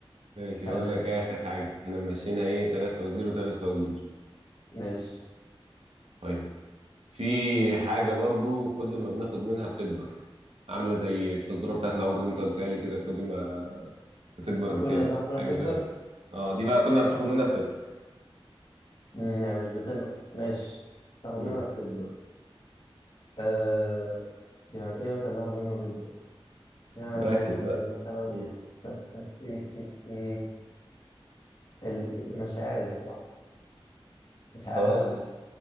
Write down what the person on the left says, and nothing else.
تمام
ماشي
كل ما بناخد
منها بتكبر
امم يعني مش بتنقص ماشي ناخد
منها بتكبر آه يعني ايه مثلا ناخد منه بتكبر يعني
يعني
مثلا
إيه إيه إيه ال- مش عارف صراحة مش عارف
أعمل حاجة